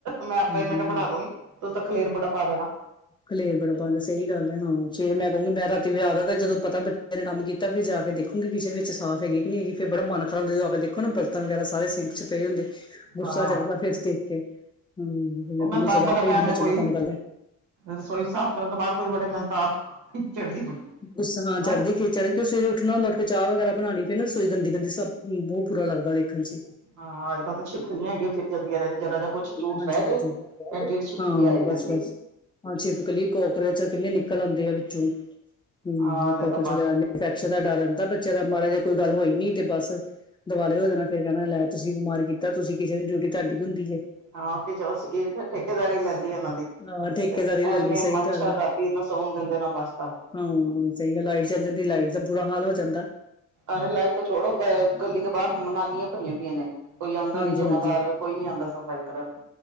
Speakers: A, on the right (about 80°); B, on the left (about 15°).
A: ਮੈਂ ਆਪੇ
B: ਹਾਂ।
A: ਮੈਂ ਕਿਹਾ ਬਣਾ ਦੂੰਗੀ ਤੂੰ ਤਾਂ ਖਲੇਰ ਬੜਾ ਪਾ ਦੇਣਾ
B: ਖਲੇਰ ਬੜਾ ਪਾਉਂਦਾ ਸਹੀ ਗੱਲ ਹੈ ਹਾਂ ਜੇ ਮੈਂ ਕਹੂੰਗੀ ਮੈਂ ਰਾਤੀ ਵੀ ਆਦਤ ਜਦੋਂ ਪਤਾ ਬੱਚਿਆਂ ਨੇ ਕੰਮ ਕੀਤਾ ਫਿਰ ਜਾ ਕੇ ਦੇਖੂੰਗੀ ਕਿਚਨ ਵਿੱਚ ਸਾਫ਼ ਹੈਗੇ। ਨਿ ਹੈਗੀ ਫਿਰ ਬੜਾ ਮਨ ਖਰਾਬ ਹੁੰਦਾ ਆ ਦੇਖੋ ਨਾ ਬਰਤਨ ਵਗੈਰਾ ਸਾਰੇ ਸਿੰਕ ਚ ਪਏ ਹੁੰਦੇ। ਗੁੱਸਾ
A: ਹਾਂ
B: ਚੜਦਾ ਫਰਿਜ ਦੇਖ ਕੇ ਹਮ ਮੈਂ
A: ਉਹ ਮੈਨੂੰ
B: ਕਹ
A: ਤਾਂ
B: ਚਲੋ
A: ਆਪ ਬੜਾ
B: ਆਪੇ
A: ਵਹਿਮ
B: ਹੀ ਕਦੇ
A: ਹੈ ਕੋਈ
B: ਚੰਗਾ ਕੰਮ ਕਰਦੇ।
A: ਰਸੋਈ ਸਾਫ਼ ਕਰਨ ਤੋਂ ਬਾਅਦ ਕੋਈ ਵੜੇ ਮੈਨੂੰ ਤੇ ਆਪ ਚਿੜਦੀ ਬੜੀ
B: ਗੁੱਸਾ
A: ਮੈਂ
B: ਚੜਦਾ ਖਿਜ ਚੜਦੀ ਕੇ ਸਵੇਰੇ ਉੱਠਣਾ ਹੁੰਦਾ ਉੱਠ ਕੇ ਚਾਹ ਵਗੈਰਾ ਬਣਾਉਣੀ। ਕਹਿੰ ਨਾ ਰਸੋਈ ਗੰਦੀ ਗੰਦੀ ਸਭ ਬਹੁਤ ਬੁਰਾ ਲੱਗਦਾ ਦੇਖਣ ਚ।
A: ਹਾਂ ਅੱਜ ਕੱਲ ਤਾਂ ਛਿਪਕਲੀਆਂ ਹੈਗੀਆਂ ਫਿਰ ਜਾਂਦੀਆਂ ਨੇ ਤੇ ਜਰਾ ਜਾ ਕੁਛ ਝੂਠ
B: ਹਾਂਜੀ
A: ਰਹਿ ਜੇ
B: ਹਾਂਜੀ ਹਾਂ।
A: ਐਡੀ ਐਡੀ ਛਿਪਕਲੀ ਆ ਜਾਂਦੀ
B: ਬਸ
A: ਹੁੰਦੀ
B: ਬਸ ਹਾਂ ਛਿਪਕਲੀ ਕੋਕਰੇਚ ਕਿੰਨੇ ਨ ਪਹਿਲਾਂ ਆਉਂਦੀ ਆ ਵਿੱਚੋਂ ਹਮ
A: ਹਾਂ ਹਲੇ ਤਾਂ
B: ਵਗੈ
A: ਬਸ
B: ਇਨਫੈਕਸ਼ਨ ਦਾ ਡਰ ਰਹਿੰਦਾ ਬੱਚੇ ਦਾ ਮਾੜਾ ਜਿਹਾ। ਕੋਈ ਗੱਲ ਹੋਈ ਨੀ ਤੇ ਬਸ ਦਵਾਲੇ ਹੋ ਜਾਣਾ ਫੇਰ ਕਹਿਣਾ ਲੈ ਤੁਸੀ ਬਿਮਾਰ ਕੀਤਾ ਤੁਸੀਂ ਕਿਸੇ ਦੀ ਡਿਊਟੀ ਤੁਹਾਡੀ ਹੁੰਦੀ ਏ।
A: ਹਾਂ ਕਿ ਜੋ ਸਕੀਰ ਠੇਕੇਦਾਰੀ ਹੀ ਲੈਂਦੇ। ਦੀ
B: ਹਾਂ ਠੇਕੇਦਾਰੀ
A: ਤੇ
B: ਲੱਲੀ
A: ਐਨੇ
B: ਸਹੀ
A: ਮੱਛ
B: ਗੱਲ ਆ
A: ਰਾਤੀ ਇਹਨਾ ਸੋਣ ਦਿੰਦੇ ਨੇ ਬਸਤਾ
B: ਹਾਂ ਸਹੀ ਗੱਲ ਐ ਲਾਈਟ ਚੱਲ ਜਾਂਦੀ ਲਾਈਟ ਦਾ ਬੁਰਾ ਹਾਲ ਹੋ ਜਾਂਦਾ।
A: ਅਰੇ ਲਾਈਫ ਤਾਂ ਛੋੜੋ। ਗਲੀ ਦੇ ਬਾਹਰ ਨਾਲੀਆਂ ਭਰੀਆਂ ਪਈਆਂ ਨੇ ਕੋਈ ਆਉਂਦਾ
B: ਹਾਂਜੀ
A: ਨੀ ਜਮਾਂਦਾਰ
B: ਹਾਂਜੀ
A: ਕੋਈ ਨੀ ਆਉਂਦਾ ਸਫ਼ਾਈ ਕਰਨ